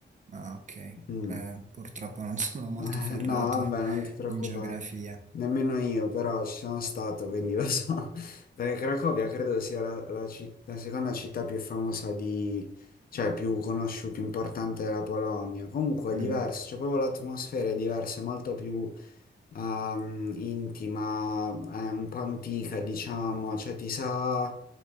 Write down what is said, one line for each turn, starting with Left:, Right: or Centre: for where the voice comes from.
Right: Ah, ok. Eh,
Left: Mm.
Right: purtroppo non <laughs> sono
Left: <laughs>
Right: molto
Left: Eh,
Right: ferrato
Left: No, vabbè, non ti preoccupare.
Right: in geografia.
Left: Nemmeno io, però ci sono stato, quindi lo so. <laughs> Perché Cracovia credo sia la, la citt- la seconda città più famosa di... cioè più conosciuta, più importante della Polonia. Comunque
Right: Mhm,
Left: è diverso, cioè proprio l'atmosfera è diversa, è molto più ehm, intima, è un po' antica, diciamo, cioè ti sa...